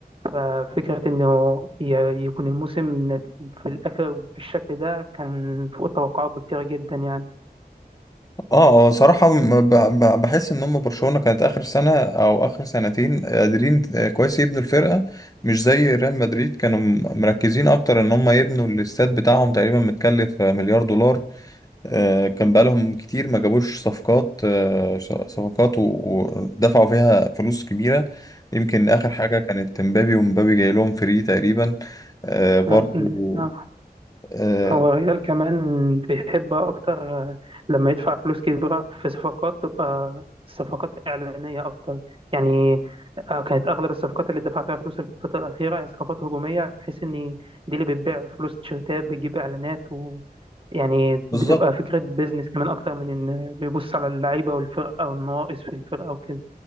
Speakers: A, on the right; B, on the left.
A: ففكرة إنه ي- يكون الموسم نت- في الآخر بالشكل ده كان فوق التوقعات بكتير جدا يعني
B: اه اه صراحة م- ب- ب- بحس ان هم برشلونة كانت اخر سنة او اخر سنتين قادرين آه، كويس يبنوا الفرقة مش زي ريال مدريد كانوا م- مركزين اكتر ان هم يبنوا الاستاد بتاعهم تقريبا متكلف آه، مليار دولار آه، كان بقالهم كتير ما جابوش صفقات آه، ش- صفقات و- ودفعوا فيها فلوس كبيرة يمكن اخر حاجة كانت مبابي ومبابي جاي لهم فري تقريبا آه، برضو
A: آه، ده- آه.
B: آه،
A: هو الريال كمان بيحب أكتر آه، لما يدفع فلوس كبيرة في صفقات تبقى صفقات إعلانية أكتر يعني آه، كانت أغلب الصفقات اللي دفع فيها فلوس الفترة الأخيرة هي صفقات هجومية بحيث إن دي اللي بتبيع فلوس تيشيرتات بتجيب إعلانات ويعني
B: بالظبط
A: بتبقى فكرة بيزنس كمان أكتر من إن بيبص على اللعيبة والفرقة والنواقص في الفرقة وكده